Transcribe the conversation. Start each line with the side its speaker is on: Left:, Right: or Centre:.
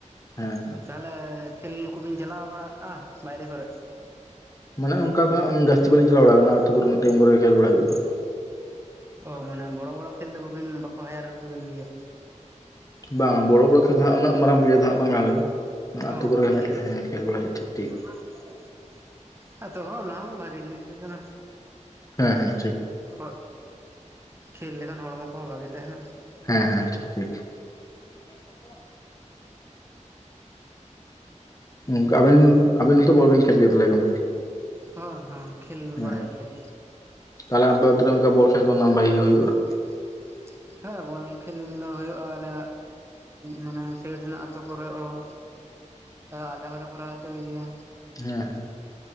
Left: ᱦᱮᱸ ᱦᱮᱸ
Right: ᱛᱟᱦᱚᱞᱮ ᱠᱷᱮᱞ ᱠᱚᱵᱤᱱ ᱪᱟᱞᱟᱣ ᱵᱟᱲᱟᱜᱼᱟ ᱵᱟᱦᱨᱮ ᱠᱚᱨᱮ
Left: ᱢᱟᱱᱮ ᱚᱱᱠᱟ ᱫᱚ ᱦᱟᱸᱜ ᱡᱟᱹᱥᱛᱤ ᱵᱟᱹᱞᱤᱧ ᱪᱟᱞᱟᱣ ᱵᱟᱲᱟ ᱟᱠᱟᱱᱟ, ᱟᱛᱳ ᱠᱚᱨᱮᱱᱟᱜ ᱴᱤᱢ ᱠᱚᱨᱮ ᱜᱮ ᱠᱷᱮᱞ ᱵᱟᱲᱟ ᱦᱩᱭᱩᱜᱼᱟ᱾
Right: ᱚ ᱢᱟᱱᱮ ᱵᱚᱲᱚ ᱵᱚᱲᱚ ᱠᱷᱮᱞ ᱫᱚ ᱵᱟᱵᱮᱱ ᱵᱟᱠᱚ ᱦᱟᱭᱟᱨ ᱵᱮᱱ ᱜᱮᱭᱟ
Left: ᱵᱟᱝ ᱵᱚᱲᱚ ᱵᱚᱲᱚ ᱠᱷᱮᱞ ᱫᱚ ᱦᱟᱸᱜ ᱩᱱᱟᱹᱜ ᱢᱟᱨᱟᱝ ᱯᱞᱮᱭᱟᱨ ᱫᱚ ᱦᱟᱸᱜ ᱵᱟᱝ ᱠᱟᱱᱟᱞᱤᱧ᱾ ᱟᱛᱳ
Right: ᱚ
Left: ᱠᱚᱜ ᱜᱮ ᱦᱟᱸᱜ
Right: ᱴᱷᱤᱠ
Left: ᱦᱮᱸ ᱠᱷᱮᱞ ᱵᱟᱲᱟᱭ ᱦᱩᱭᱩᱜᱼᱟ ᱴᱷᱤᱠ ᱴᱷᱤᱠ
Right: <inaudible> ᱟᱫᱚ ᱚᱱᱟ ᱦᱚᱸ ᱵᱷᱟᱜᱤ ᱡᱤᱱᱤᱥ ᱜᱮ ᱠᱟᱱᱟ
Left: ᱦᱮᱸ ᱦᱮᱸ ᱴᱷᱤᱠ
Right: ᱦ ᱠᱷᱮᱞ ᱞᱮᱠᱷᱟᱱ ᱦᱚᱲᱢᱚ ᱠᱚᱦᱚᱸ ᱵᱷᱟᱜᱤ ᱛᱟᱦᱮᱱᱟ
Left: ᱦᱮᱸ ᱦᱮᱸ ᱴᱷᱤᱠ ᱴᱷᱤᱠ ᱠᱚᱥ <inaudible> ᱟᱝᱠᱟ ᱟᱵᱤᱱ ᱦᱚᱸᱛᱚ ᱵᱚᱞ ᱵᱮᱱ ᱠᱷᱮᱞ ᱜᱮᱭᱟ ᱛᱟᱦᱚᱞᱮ ᱜᱚᱝᱠᱮ
Right: ᱦᱮ ᱦᱮᱸ ᱠᱷᱮᱞ
Left: ᱦᱮᱸ
Right: ᱵᱟᱲᱟᱭ ᱜᱮᱭᱟᱞᱤᱧ
Left: ᱛᱟᱦᱚᱞᱮ ᱟᱯᱮ ᱟᱛᱳ ᱨᱮ ᱚᱱᱠᱟ ᱵᱚᱞ ᱠᱷᱮᱞ ᱠᱚ ᱨᱮᱱᱟᱜ ᱵᱷᱟᱜᱤ
Right: ᱦᱮᱸ
Left: ᱜᱮ ᱦᱩᱭᱩᱜᱼᱟ
Right: <inaudible>
Left: <unintelligible>
Right: ᱦᱮᱸ ᱵᱚᱞ ᱠᱷᱮᱞ ᱫᱚ ᱦᱩᱭᱩᱜᱼᱟ ᱟᱞᱮ ᱢᱟᱱᱮ ᱥᱤᱟᱭᱴ ᱨᱮᱱᱟᱜ ᱟᱛᱳ ᱠᱚᱨᱮ ᱦᱚᱸ ᱟᱞᱮ ᱦᱚᱸᱞᱮ ᱠᱚᱨᱟᱣ ᱦᱚᱪᱚᱭ ᱜᱮᱭᱟ
Left: ᱦᱮᱸ ᱦᱮᱸ